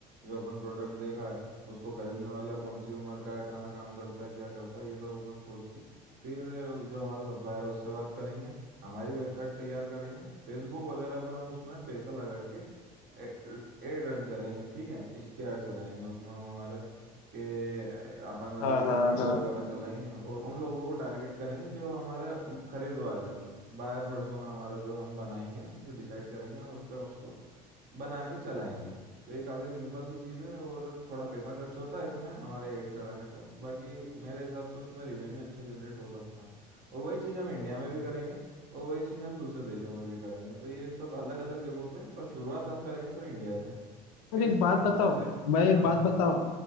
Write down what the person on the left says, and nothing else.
हाँ
हाँ
हाँ।
और
एक बात
बताओ
मैं एक
बात
बताओ